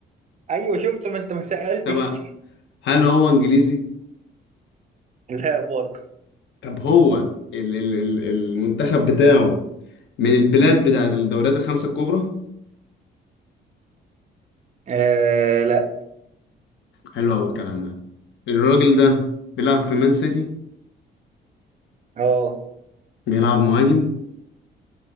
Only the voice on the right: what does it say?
ايوه شفت ما انت ما سالتش
<laughs> لا برضه
آه لا
اه